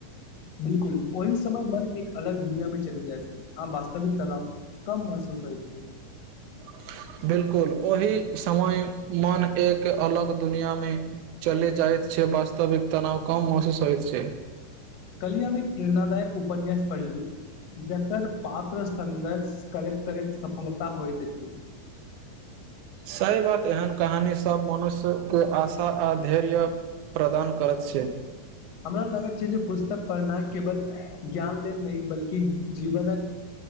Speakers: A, on the left; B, on the right.
A: बिलकुल ओहि समय मन एक अलग दुनिया मे चलि जाइत छै आ वास्तविक तनाव कम महसूस होइत छै
B: <inaudible> बिलकुल ओहि समय मन एक अलग दुनिया मे चली जायत छै से वास्तविक तनाव कम महसूस होइत छै
A: कल्हि हम एक प्रेरणादायक उपन्यास पढ़लू जकर पात्र संघर्ष करैत करैत सफलता होइत अछि
B: सही बात एहन कहानी सब मनुष्य के आशा आ धैर्य प्रदान करैत छै
A: हमरा लगैत छै जे पुस्तक पढ़नाइ केवल ज्ञान लेल नहि बल्कि जीवनक